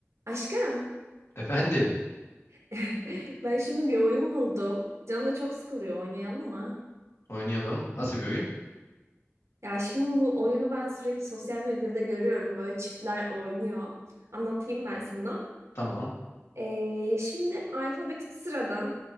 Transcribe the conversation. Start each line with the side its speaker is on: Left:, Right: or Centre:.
Right: Aşkım,
Left: Efendim,
Right: <laughs> ben şimdi bir oyun buldum. Canım da çok sıkılıyor. Oynayalım mı?
Left: oynayalım. Nasıl bir oyun?
Right: Ya şimdi bu oyunu ben sürekli sosyal medyada görüyorum. Böyle çiftler oynuyor. Anlatayım ben sana.
Left: Tamam.
Right: Ee, şimdi alfabetik sıradan